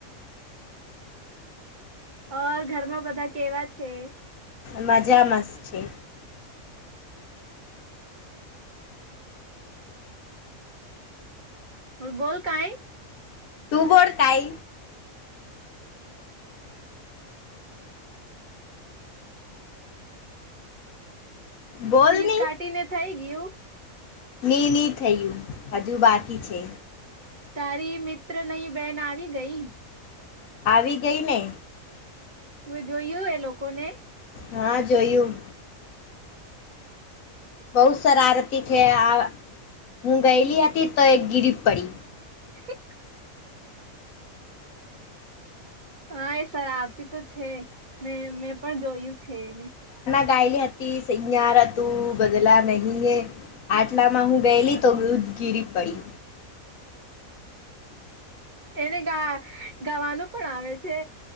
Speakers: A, on the right; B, on the left.
A: ઓર ઘરમાં બધા કેવા છે.
B: મજામાંસ્ છે.
A: હ બોલ કઈ.
B: તું બોડ કઈ. બોલ
A: પીસ
B: ની
A: કાઢીને થઈ ગયું.
B: ની નની થયું હજુ બાકી છે.
A: તારી મિત્ર નઈ બેન આવી ગઈ.
B: આવી ગઈ ને.
A: તું એ જોયું એ લોકોને.
B: હા જોયું. બહુ સરારતી છે આ હું ગયેલી હતી તો એક ગીરીફ પડી.
A: <unintelligible> હા એ સર આવતી તો છે મે મેં પણ જોયું છે એને.
B: ગાયલી હતી અયાર તું બદલા નહીિ હ આટલા માં હું ગયેલી તો ગિરિપડી
A: એને ગા ગાવાનું પણ આવે છે